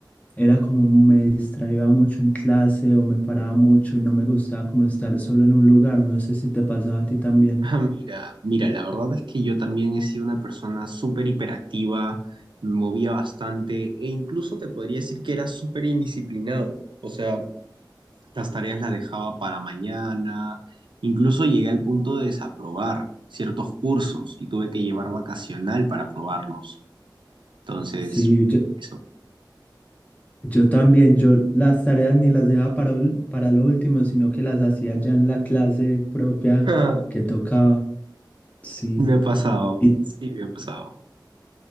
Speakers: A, on the left (about 20°); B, on the right (about 80°).
A: era como me distraía mucho en clase o me paraba mucho y no me gustaba como estar solo en un lugar. No sé si te pasaba a ti también.
B: Ah, mira, mira, la verdad es que yo también he sido una persona súper hiperactiva, me movía bastante e incluso te podría decir que era súper indisciplinado. O sea, las tareas las dejaba para mañana, incluso llegué al punto de desaprobar ciertos cursos y tuve que llevar vacacional para aprobarlos. Entonces,
A: Sí, yo-
B: eso.
A: Yo también, yo las tareas ni las dejaba para, ul- para lo último, sino que las hacía ya en la clase propia
B: <laughs>
A: que tocaba. Sí,
B: Me ha pasado,
A: y,
B: sí, me ha pasado.